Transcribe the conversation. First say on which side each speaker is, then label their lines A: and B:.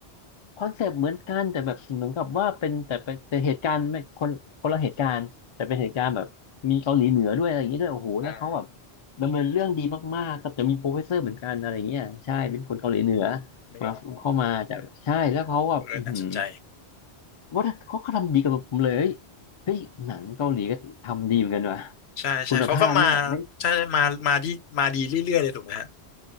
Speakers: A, on the left; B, on the left.
A: คอนเซปต์เหมือนกันแต่แบบเหมือนกับว่าเป็นแต่เป็นแต่เหตุการณ์ไม่คนคนละเหตุการณ์แต่เป็นเหตุการณ์แบบมีเกาหลีเหนือด้วยอะไรอย่างเงี้ยด้วยโอ้โหแล้วเขาแบบ
B: อ๋อ
A: ดำเนินเรื่องดีมากๆกับจะมีโปรเฟสเซอร์เหมือนกันอะไรเงี้ยใช่เป็นคนเกาหลีเหนือ
B: อืมนึกออก
A: มาเข้ามาจากใช่แล้วเขาแบบอือหือ
B: เออน่าสนใจ
A: ว่าเขาก็ทำดีกับผมเลยเฮ้ยหนังเกาหลีก็ทำดีเหมือนกันว่ะ
B: ใช่ใช่เขาก็มา
A: คุณภาพนี่แบบไม่
B: ใช่มามาดีมาดีเรื่อยๆเลยถูกไหมฮะ